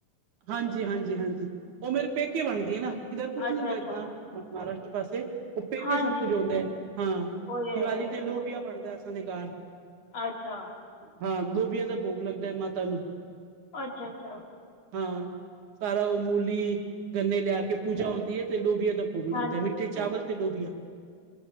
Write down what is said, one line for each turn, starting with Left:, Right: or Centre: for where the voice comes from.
Right: ਹਾਂਜੀ-ਹਾਂਜੀ-ਹਾਂਜੀ ਓ ਮੇਰੇ ਪੇਕੇ ਬਣਦੀ ਐ ਨਾ ਇੱਧਰ ਕੁੱਛ ਨੀ
Left: ਅੱਛਾ
Right: ਗਾ
Left: ਅੱਛਾ
Right: ਇਤਨਾ। ਹਾਂ ਮਹਾਰਾਸ਼ਟਰ ਪਾਸੇ ਓ ਪੇਕੇ
Left: ਹਾਂਜੀ
Right: ਸਭ ਕੁੱਝ ਹੁੰਦੈ ਹਾਂ
Left: ਉਹੀ ਉਹੀ
Right: ਦੀਵਾਲੀ ਤੇ <unintelligible>
Left: ਉਹੀ
Right: ਕਾਰ
Left: ਅੱਛਾ।
Right: ਹਾਂ ਲੋੋਬੀਆ ਦਾ ਬੋਗ ਲੱਗਦਾ ਐ ਮਾਤਾ ਨੂੰ।
Left: ਅੱਛਾ-ਅੱਛਾ
Right: ਹਾਂ ਸਾਰਾ ਓ ਮੂਲੀ ਗੰਨੇ ਲਿਆ ਕੇ ਪੂਜਾ ਹੁੰਂਦੀ ਏ ਤੇ ਲੋਬੀਆ ਦਾ ਭੋਗ ਲੱਗਦਾ
Left: ਹਾਂਜੀ
Right: ਮਿੱਠੇ ਚਾਵਲ ਤੇ ਲੋਬੀਆ।